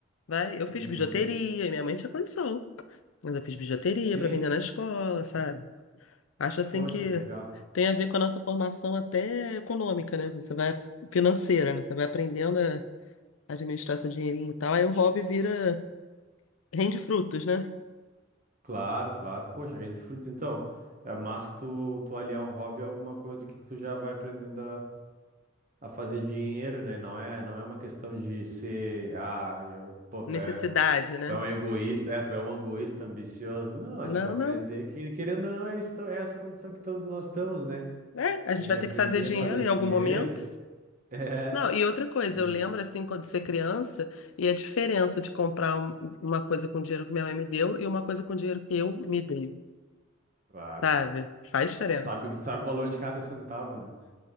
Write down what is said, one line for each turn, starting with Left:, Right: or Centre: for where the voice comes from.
Left: Vai, eu
Right: Uhum.
Left: fiz bijuteria e minha mãe tinha condição, mas eu fiz bijuteria
Right: Sim.
Left: para vender na escola, sabe? Acho assim
Right: Poxa,
Left: que
Right: legal.
Left: tem a ver com a nossa formação até econômica, né? Você vai financeira, né? Você vai aprendendo administrar seu dinheirinho e tal. Aí o hobby vira, rende frutos, né?
Right: Claro, claro. Poxa, rende frutos. Então, é massa tu, tu aliar um hobby a alguma coisa que tu já vai aprendendo a fazer dinheiro, né? Não é, não é uma questão de ser, ah, eu, pô, tu
Left: Necessidade,
Right: é,
Left: né?
Right: tu é um egoísta, é, tu é um egoísta ambicioso. Não,
Left: Não,
Right: é tipo, aprender
Left: não.
Right: que, querendo ou não, é, isto- é essa condição que todos nós estamos, né?
Left: É, a gente
Right: Tem
Left: vai
Right: que aprender
Left: ter que fazer dinheiro
Right: a fazer
Left: em
Right: dinheiro.
Left: algum momento.
Right: <laughs> É,
Left: Não, e outra coisa,
Right: e,
Left: eu lembro assim, quando ser criança, e a diferença de comprar um- uma coisa com dinheiro que minha mãe me deu e uma coisa com dinheiro que eu me dei,
Right: claro,
Left: sabe? Faz diferença.
Right: sabe, sabe o valor de cada centavo, né?